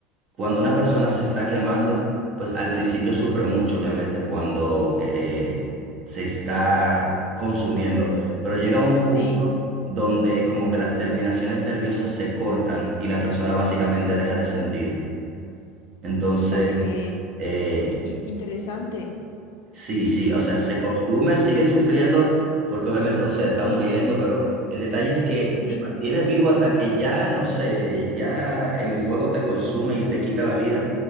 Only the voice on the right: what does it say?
Cuando una persona se está quemando, pues al principio sufre mucho, obviamente, cuando eh, eh, se está consumiendo, pero llega un punto
donde como que las terminaciones nerviosas se cortan y la persona básicamente deja de sentir. Entonces,
eh,
Sí, sí, o sea, se
consume,
sigue sufriendo, porque obviamente, o sea, está muriendo, pero el detalle es que
te mantienes vivo hasta que ya, no sé, ya el fuego te consume y te quita la vida.